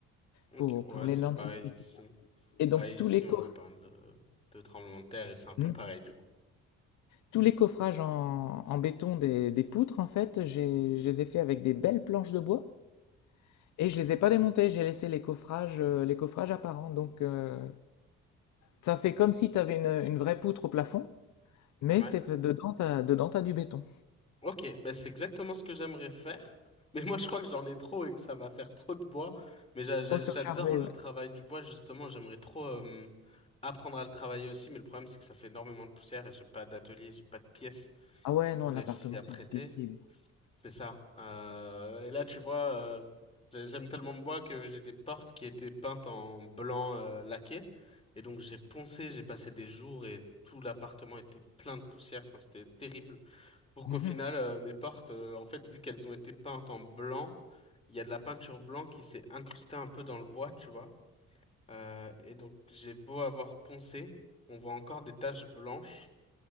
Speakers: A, on the left; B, on the left.
A: ok,
B: pour,
A: ouais,
B: pour les
A: c'est
B: normes
A: pareil
B: sismiques.
A: ici.
B: Et donc
A: Pareil
B: tous
A: ici,
B: les
A: on
B: coffres,
A: a pas mal de, de tremblements de terre et c'est un peu
B: Hmm.
A: pareil du coup.
B: tous les coffrages en, en béton des, des poutres, en fait, j'ai- je les ai fait avec des belles planches de bois. Et je les ai pas démontés, j'ai laissé les coffrages, euh, les coffrages apparents. Donc, euh, Ça fait comme si tu avais une, une vraie poutre au plafond, mais
A: Ouais.
B: c'est dedans, t'as, dedans, t'as du béton.
A: Ok, ben c'est exactement ce que j'aimerais faire. <laughs> Mais moi, je crois que j'en ai trop et que ça va faire trop de bois. Mais j'a- j'a-
B: Trop surchargé,
A: j'adore le
B: ouais.
A: travail du bois, justement. J'aimerais trop euh, apprendre à le travailler aussi. Mais le problème, c'est que ça fait énormément de poussière et j'ai pas d'atelier, j'ai pas de pièces
B: Ah ouais, non,
A: pour
B: un appartement,
A: s'y apprêter.
B: c'est difficile.
A: C'est ça. Euh, et là, tu vois, euh, j'ai- j'aime tellement le bois que j'ai des portes qui étaient peintes en blanc euh, laqué. Et donc, j'ai poncé, j'ai passé des jours et tout l'appartement était plein de poussière. Enfin, c'était terrible. Pour
B: Mhm.
A: qu'au final, euh, mes portes, euh, en fait, vu qu'elles ont été peintes en blanc, il y a de la peinture blanc qui s'est incrustée un peu dans le bois, tu vois. Euh, et donc, j'ai beau avoir poncé, on voit encore des taches blanches.